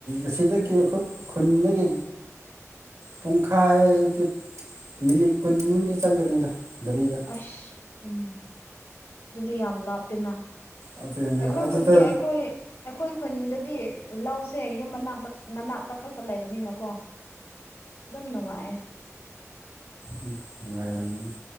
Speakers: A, on the right (about 90°); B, on the left (about 75°).
A: ꯑꯁꯤꯗꯒꯤ ꯑꯩꯈꯣꯏ ꯈꯨꯟꯗꯒꯤ ꯄꯨꯡꯈꯥꯏꯗꯤꯞ ꯃꯤꯅꯤꯠ ꯀꯨꯟꯃꯨꯛꯗꯤ ꯆꯪꯒꯅꯤꯗ ꯒꯥꯔꯤꯗ
B: ꯑꯁ ꯎꯝ ꯗꯨꯗꯤ ꯌꯥꯝ ꯂꯥꯞꯄꯦꯅ
A: ꯑꯗꯨꯅꯦ
B: ꯑꯩꯈꯣꯏ
A: ꯑꯗꯨꯗ
B: ꯈꯨꯟꯗꯤ ꯑꯩꯈꯣꯏ ꯑꯩꯈꯣꯏ ꯈꯨꯟꯗꯗꯤ ꯂꯧꯁꯦ ꯌꯨꯝ ꯃꯅꯥꯛ ꯅꯠ ꯃꯅꯥꯛꯇ ꯈꯛꯇ ꯂꯩꯕꯅꯤꯅꯀꯣ ꯗꯨꯝ ꯅꯨꯡꯉꯥꯏ
A: ꯎꯝ ꯅꯨꯉꯥꯏꯌꯝꯅꯤ